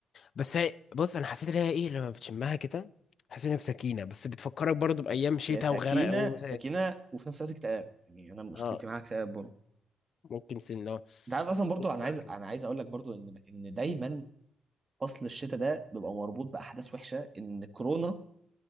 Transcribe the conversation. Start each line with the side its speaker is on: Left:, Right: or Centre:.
Left: بس هي بص انا حسيت ان هي ايه لما بتشمها كده حسيت ان هي بسكينه بس بتفكرك برضو بايام شتاء
Right: هي سكينه
Left: وغرق و
Right: سكينه وفي نفس الوقت اكتئاب يعني انا مشكلتي
Left: اه
Right: معاها اكتئاب برضه
Left: ممكن سنه
Right: انت عارف اصلا برضه
Left: تطلع
Right: انا عايز
Left: كده
Right: انا عايز اقول لك برضه ان ان دايما فصل الشتاء ده بيبقى مربوط باحداث وحشه ان كورونا